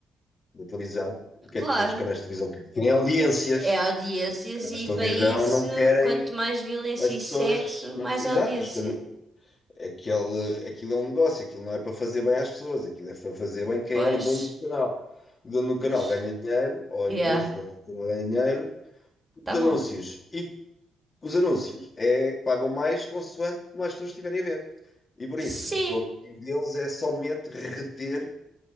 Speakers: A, on the left; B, on the right.
A: na televisão, o que
B: Claro.
A: é que os canais de televisão querem? Querem audiências.
B: É audiências
A: Os canais
B: e
A: de televisão
B: para isso,
A: não querem
B: quanto mais violência
A: as pessoas.
B: e sexo,
A: Não,
B: mais
A: exato,
B: audiência.
A: os can- aquele, aquilo é um negócio, aquilo não é para fazer bem às pessoas, aquilo é para fazer bem quem
B: Pois.
A: é o dono do canal. O dono do
B: Mas-
A: canal ganha dinheiro, ou a
B: Yeah,
A: empresa dona do canal ganha dinheiro, com
B: tá
A: os anúncios.
B: bom.
A: E os anúncios é, pagam mais consoante mais pessoas estiverem a ver. E por
B: Sim,
A: isso, o objetivo deles é somente reter